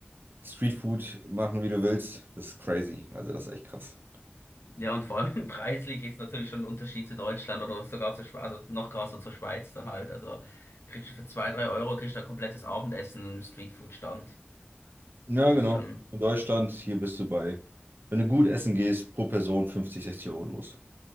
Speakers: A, on the right; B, on the left.
A: Streetfood machen, wie du willst. Das ist crazy. Also das ist echt krass.
B: Ja, und vor allem <laughs> preislich ist natürlich schon ein Unterschied zu Deutschland oder sogar zu Schweiz, also noch krasser zur Schweiz dann halt. Also kriegst du für zwei, drei Euro kriegst du ein komplettes Abendessen im Streetfood-Stand.
A: Ja,
B: Das
A: genau.
B: ist schon.
A: In Deutschland, hier bist du bei, wenn du gut essen gehst, pro Person 50, 60 Euro los.